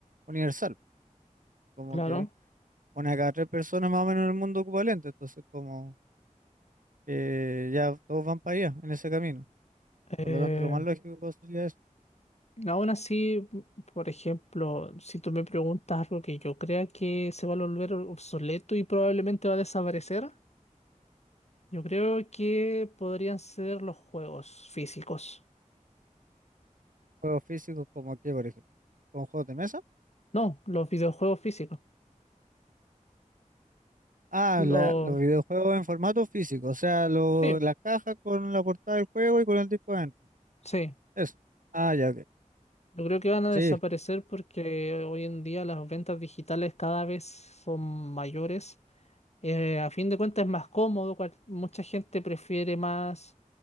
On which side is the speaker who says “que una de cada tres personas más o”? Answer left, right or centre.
Right